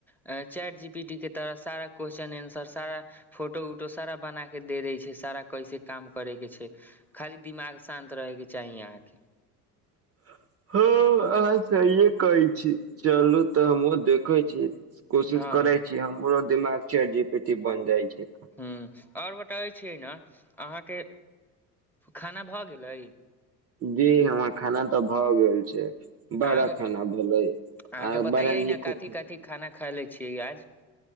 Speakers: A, in the centre; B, on the right.
A: चैट जी पी टी के तरह सारा क्वेशस्चन एंसर सारा फोटो उटो सारा बना के दे देय छै सारा कैसे काम करे के छै खाली दिमाग शान्त रहे के चाही अहाँके
B: <inaudible> हँ अहाँ सहिए कहै छी चलू तऽ हमहुँ देखै छीिय कोशिश
A: हँ
B: करे छी हमरो दिमाग चैट जी पी टी बन जाइ छै
A: ह्म आओर बताबै छियै ने अहाँके खाना भऽ गेलै
B: जी हमर खाना तऽ भऽ गेल छै बड़ा
A: अहाँ
B: खाना भेललै
A: अहाँके
B: आ
A: बतैयै
B: बड़ा नीको
A: ने कथी कथी खाना खयले छियै आज